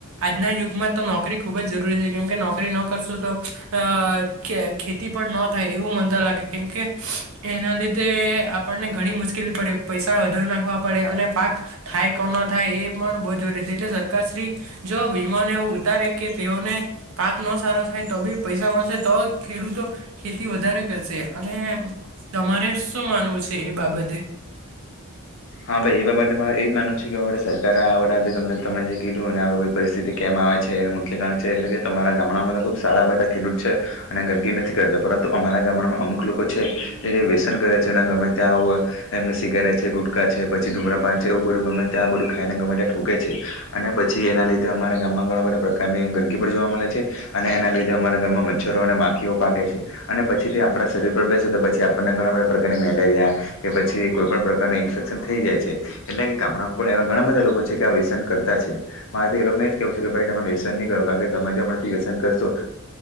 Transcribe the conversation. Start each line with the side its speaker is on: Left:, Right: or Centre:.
Right: આજના યુગમાં તો નોકરી ખૂબજ જરૂરી છે. કેમ કે નોકરી ન કરશો તો અ ખે-ખેતી પણ નો થાય એવું મન તો લાગે. કેમ કે એના લીધે આપણને ઘણી મુશ્કેલી પડે. પૈસા વધુ નાખવા પડે અને પાક થાય કે નો થાય એ પણ બો જરૂરી છે એટલે સરકાર શ્રી જો વીમોને એવું ઉતારે કે તેઓને પાક ન સારો થાય તો બી પૈસા મળશે તો ખેડૂતો ખેતી વધારે કરશે. અને તમારે શું માનવું છે, એ બાબતે
Left: હા, ભાઈ એવા માટે મારે એજ માનું છે, કેરે સરકારે આ વથી તમે જે કીધું અને કોઈ પરિસ્થિતિ કેમ આવે એનું મુખ્ય કારણ છે, એટલે કે તમારા ગામડામાં ખૂબ સારા બધા ખેડૂત છે, અને ગંદકી નથી કરતા પરંતુ અમારા ગામડામાં અમુક લોકો છે, જે વ્યસન ગમે, ત્યાં હો એમને શિગ છે ગુટ ૂકા છે પછી ધૂમરાપાન છે, એવું બધું ગમે ત્યાં બધું ખાઈને ગમે ત્યાંઠૂકે છે, અને પી એના લીધે અમારા ગામ ઘણા બધા પ્રકારની ગંદકી પણ જોવા મળે છે, અને એના લીધે અમારા ગામમાં મચ્છરો અને માખીઓ પાકે છે. અને પછીથી આપણા શરીર પર બેસે તો પછી, આપણને ઘણા બધા પ્રકારની મેલેરિયા કે પછી કોઈ પણણ પ્રકાર ઇન્ફક થ જાય છે, એટલે કે ગામડામાં પણ એવા ઘણા બધા લોકો છે, કે વ્યસન કરતા છે મારે લોકોને એ કેવ છે. કે ભાઈ તમે વ્યસન નહી, કરો કારણ કે તમે જો મથી વ્યસન કરશો